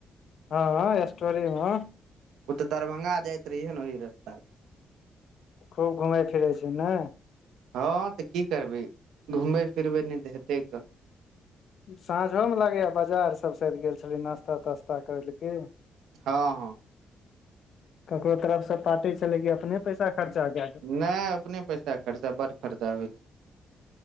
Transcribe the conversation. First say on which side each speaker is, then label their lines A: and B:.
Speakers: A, on the left (about 65°); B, on the right (about 80°).
A: हँ एसटो री मे
B: ओ तऽ दरभंगा जाय रहिएै न ओहि रस्ता
A: खूब घुमै फिरै छी नै।
B: हँ तऽ की करबै घुमबै फिरबै नै तऽ हेतै क
A: साँझोम लागैया बाजार सब साएद गेल छली नास्ता तास्ता करै लए की
B: हँ हँ
A: ककरो तरफ स पाटी छेलै की अपने पैसा। खर्चा कए
B: नायऽ अपने पैसा खर्चा बड खर्चा होइ छै।